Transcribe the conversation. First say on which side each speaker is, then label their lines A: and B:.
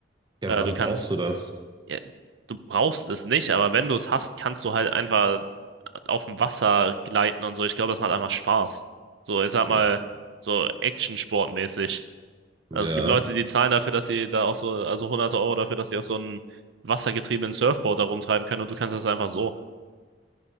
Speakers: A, on the right; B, on the right.
A: Ja,
B: Äh,
A: wann
B: du kannst
A: brauchst du das?
B: Ja, du brauchst es nicht, aber wenn du es hast, kannst du halt einfach auf dem Wasser gleiten und so. Ich glaube, das macht einfach Spaß. So, ich sag mal,
A: Hm.
B: so Action-Sportmäßig. Also
A: Ja.
B: es gibt Leute, die zahlen dafür, dass sie da auch so, also hunderte Euro dafür, dass sie auf so einem wassergetriebenen Surfboard da rumtreiben können und du kannst das einfach so.